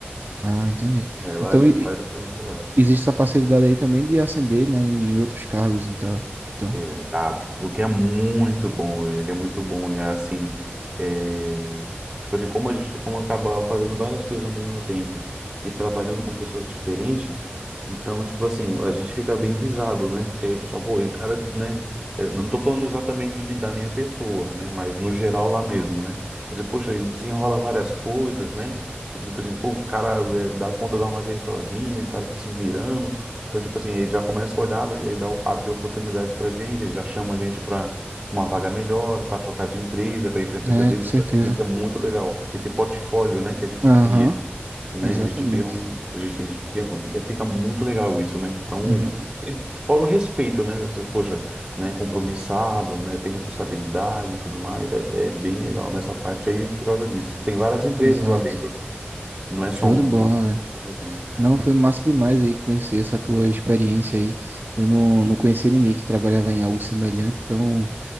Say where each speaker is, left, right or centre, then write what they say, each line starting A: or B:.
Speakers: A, on the right; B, on the right.
A: Ah, entendi.
B: É, lá
A: Então,
B: a gente,
A: e- e
B: lá a gente é contratado.
A: existe essa facilidade aí também de ascender, né, em outros cargos e tal. Então,
B: Exato. O que é muito bom, velho, o que é muito bom. É assim, é, tipo assim, como a gente como acaba fazendo várias coisas ao mesmo tempo e trabalhando com pessoas diferentes, então, tipo assim, a gente fica bem visado, né? Que aí o pessoal, pô, e o cara, né? é, Não tô falando exatamente de, da minha pessoa, né? Mas no geral lá mesmo, né? Você, poxa, ele desenrola várias coisas, né? Tipo, por exemplo, pô, o cara é, dá conta do armazém sozinho e tá se virando. Então, tipo assim, ele já começa a olhar e e dá o- abre oportunidades pra gente, ele já chama a gente para uma vaga melhor, para trocar de empresa, para ir para empresa
A: é,
B: deles.
A: com certeza.
B: Isso é muito legal. Esse portfólio, né, que a gente
A: Aham,
B: cria, né?
A: exatamente.
B: A gente cria um, a gente, a gente cria um- é, fica muito legal isso, né? Então,
A: Uhum,
B: e fora o respeito, né? Você, poxa, né, compromissado, né, tem responsabilidade e tudo mais, é, é bem legal nessa parte aí por causa disso. Tem várias empresas
A: exato.
B: lá dentro, não é
A: Show
B: só uma,
A: de bola,
B: são várias
A: velho.
B: empresas lá dentro.
A: Não, foi massa demais aí conhecer essa tua experiência aí. Eu não, não conhecia ninguém que trabalhava em algo semelhante, então